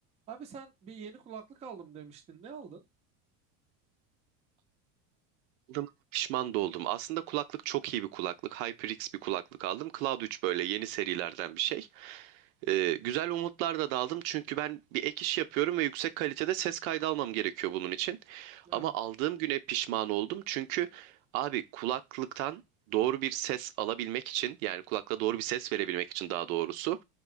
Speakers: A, on the right; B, on the right.
A: Abi sen bir yeni kulaklık aldım demiştin. Ne aldın?
B: aldığıma pişman da oldum. Aslında kulaklık çok iyi bir kulaklık. HyperX bir kulaklık aldım. Cloud 3 böyle yeni serilerden bir şey. Ee, güzel umutlar da daldım çünkü ben bir ek iş yapıyorum ve yüksek kalitede ses kaydı almam gerekiyor bunun için.
A: Evet.
B: Ama aldığım güne pişman oldum çünkü abi kulaklıktan doğru bir ses alabilmek için yani kulakla doğru bir ses verebilmek için daha doğrusu